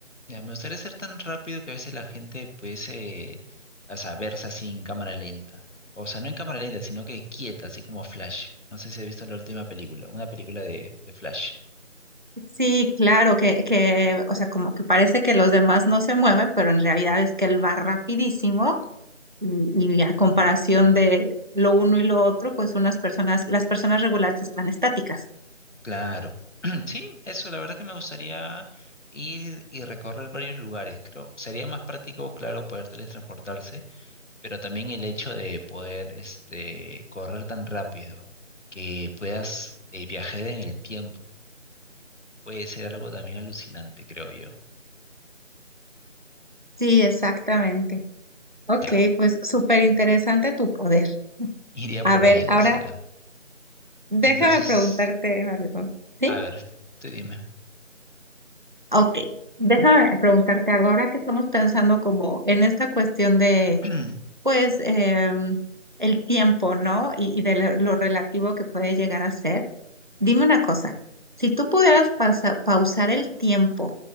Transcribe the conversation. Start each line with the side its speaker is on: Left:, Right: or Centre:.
Left: Ya, me gustaría ser tan rápido que a veces la gente pudiese, o sea, verse así en cámara lenta. O sea, no en cámara lenta, sino que quieta, así como Flash. No sé si has visto la última película, una película de, de Flash.
Right: Sí, claro, que, que, o sea, como que parece que los demás no se mueven, pero en realidad es que él va rapidísimo y, y a comparación de lo uno y lo otro, pues unas personas, las personas regulares están estáticas.
Left: Claro. <clears throat> Sí, eso, la verdad que me gustaría ir y recorrer varios lugares. Creo, sería más práctico, claro, poder teletransportarse, pero también el hecho de poder, este, correr tan rápido que puedas eh, viajar en el tiempo puede ser algo también alucinante, creo yo.
Right: Sí, exactamente. Ok,
Left: Ya,
Right: pues súper interesante tu poder.
Left: Iría
Right: A
Left: por
Right: ver,
Left: ahí, entonces.
Right: ahora
Left: la-
Right: déjame
Left: Entonces,
Right: preguntarte algo. ¿Sí?
Left: a ver, tú dime.
Right: Ok, déjame preguntarte algo. Ahora que estamos pensando como en esta cuestión de
Left: <clears throat>
Right: pues em, el tiempo, ¿no? Y, y de lo, lo relativo que puede llegar a ser. Dime una cosa, si tú pudieras pausa- pausar el tiempo